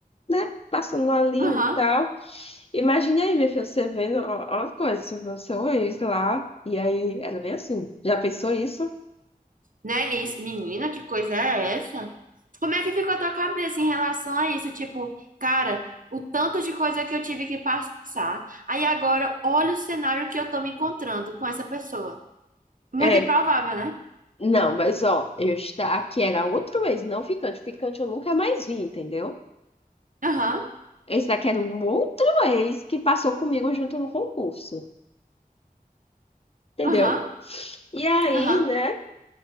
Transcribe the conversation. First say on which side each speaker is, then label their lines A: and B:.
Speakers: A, on the left (about 40°); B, on the right (about 60°).
A: né, passando ali
B: Aham,
A: e tal. Imagine aí, minha filha, você vendo, ó, ó a coisa, você vê o seu ex lá. E aí era bem assim. Já pensou isso?
B: né? Isso, menina, que coisa é essa? Como é que ficou a tua cabeça em relação a isso? Tipo, cara, o tanto de coisa que eu tive que passar. Aí agora, olha o cenário que eu tô me encontrando com essa pessoa. Muito
A: É,
B: improvável, né?
A: Não, mas ó, eu está aqui era outro ex, não ficante. Ficante eu nunca mais vi, entendeu?
B: Aham,
A: Esse daqui era um outro ex que passou comigo junto no concurso, entendeu?
B: aham,
A: E aí,
B: aham,
A: né?